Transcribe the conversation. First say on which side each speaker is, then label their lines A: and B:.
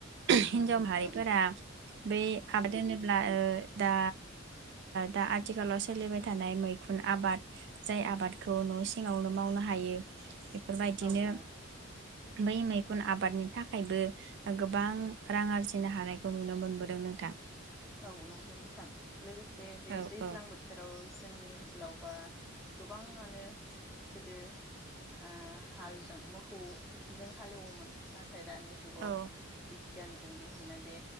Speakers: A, in the centre; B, on the right (about 60°).
A: औ
B: हिनजाव
A: नंगौ
B: माहारिफोरा
A: नोंथां
B: बै आबाद होनोब्ला ओ दा दा आथिखालाव सोलिबाय थानाय मैखुन आबाद जाय आबादखौ न' सिङावनो मावनो हायो फोरबायदिनो
A: औ औ
B: बै मै खुन आबादनि थाखायबो गोबां रां आरजिनो हानायखौ नुनो मोनबोदों नोंथां।
A: औ नंगौ नोंथां लोगोसे बे
B: औ
A: दैज्लां
B: औ
A: बोथोराव जोंनि सोलावबा गोबाङानो गोदो आ हालजों मोखौजों हालेवोमोन ना थाय दानि जुगाव
B: औ
A: बि गियानजों दिहुननाय बे